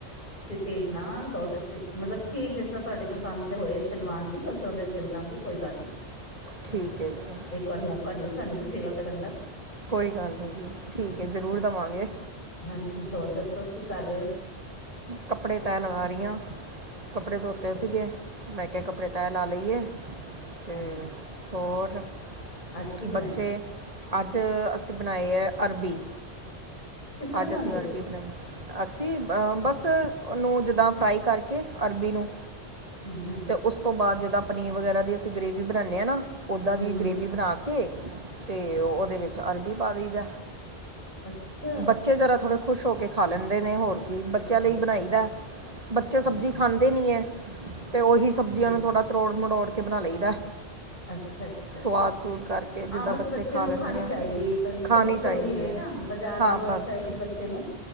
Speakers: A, on the left; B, on the right.
A: ਤੇਜ ਨਾ ਬਹੁਤ ਅੱਛੇ ਸੇ, ਮਤਲਬ ਤੇਜ ਸ ਤੁਹਾਡੇ ਪਸੰਦ ਹੋਏ ਸਲਵਾਨ ਦੀ ਬਸ ਉਦੇ ਸਿਲ ਦਾਂਗੇ ਕੋਈ ਗੱਲ ਨੀ।
B: ਠੀਕ ਹੈ ਜੀ
A: ਇੱਕ ਵਾਰ ਮੌਕਾ ਦਿਓ ਸਾਨੂੰ ਵੀ ਸੇਵਾ ਕਰਨ ਦਾ।
B: ਕੋਈ ਗੱਲ ਨੀਂ ਜੀ ਠੀਕ ਹੈ, ਜ਼ਰੂਰ ਦੇਵਾਂਗੇ।
A: ਹਾਂਜੀ-ਹਾਂਜੀ ਹੋਰ ਦੱਸੋ ਕੀ ਕਰ ਰਹੇ ਹੋ?
B: ਕੱਪੜੇ ਤੈਅ ਲਗਾ ਰੀਂ ਆਂ ਕੱਪੜੇ
A: ਅੱਛਾ-ਅੱਛਾ
B: ਧੋ- ਤੇ ਸੀਗੇ ਮੈੰ ਕਿਆ ਕੱਪੜੇ ਤੈਅ ਲਾ ਲਈਏ।
A: ਹਾਂਜੀ-ਹਾਂਜੀ
B: ਤੇ ਹੋਰ-ਬੱਚੇ
A: ਅੱਜ ਕੀ ਬਣਾਇਆ
B: ਅੱਜ ਅਸੀਂ ਬਣਾਈ ਏ ਅਰਬੀ।
A: ਕਿਸ ਤਰ੍ਹਾਂ
B: ਅੱਜ
A: ਬਣਾਉਂਦੇ
B: ਅਸੀਂ ਅਰਬੀ
A: ਹੋ?
B: ਬਣਾਈ। ਅਸੀਂ ਅ ਬਸ ਓਨੂੰ ਜਿੱਦਾਂ ਫਰਾਈ ਕਰਕੇ ਅਰਬੀ ਨੂੰ
A: ਹੂੰ-ਹੂੰ,
B: ਤੇ ਉਸ ਤੋਂ ਬਾਅਦ ਜ ਜਿਦਾਂ ਪਨੀਰ ਵਗੈਰਾ ਦੀ ਅਸੀਂ ਗ੍ਰੇਵੀ ਬਣਾਣੇ ਏ ਨਾ। ਓਦਾਂ
A: ਹੂੰ-ਹੂੰ
B: ਦੀ ਗ੍ਰੇਵੀ ਬਣਾ - ਕੇ, ਤੇ ਉਹਦੇ ਵਿੱਚ ਅਰਬੀ ਪਾ ਦਈਦਾ।
A: ਅੱਛਾ,
B: ਬੱਚੇ ਜਰਾ ਥੋੜੇ ਖੁਸ਼ ਹੋ ਕੇ ਖਾ ਲੈਂਦੇ ਨੇ ਹੋਰ ਕੀ। ਬੱਚਿਆਂ
A: ਅੱਛਾ-ਅੱਛਾ
B: ਲਈ ਬਣਾਈ ਦਾ, ਬੱਚੇ ਸਬਜ਼ੀ
A: ਹਾਂਜੀ
B: ਖਾਂਦੇ ਨੀ ਏ। ਅਤੇ ਉਹੀ ਸਬਜ਼ੀਆਂ
A: ਹੂੰ।
B: ਨੂੰ ਥੋੜ੍ਹਾ ਤਰੋੜ-ਮੜੋੜ ਕੇ ਬਣਾ ਲਈਦਾ।
A: ਅੱਛਾ-ਅੱਛਾ।
B: ਸਵਾਦ ਸੂਦ ਕਰਕੇ ਜਿੱਦਾਂ
A: ਹਾਂ ਬਸ ਬੱਚੇ
B: ਖਾ
A: ਨੂੰ
B: ਲੈਂਦੇ
A: ਖਾਣੀ
B: ਨੇ
A: ਚਾਹੀਦੀ ਏ ਬਈ।
B: ਖਾਣੀ
A: ਸਬਜ਼ੀ
B: ਚਾਹੀਦੀ
A: ਤਾਂ ਉਹੀ ਰਹੇ
B: ਹੈ
A: ਨਾ, ਬਾਜ਼ਾਰ ਨਾਲੋਂ
B: ਹਾਂ
A: ਅੱਛਾ
B: ਬਸ
A: ਹੈ ਕਿ ਬੱਚੇ ਨੇ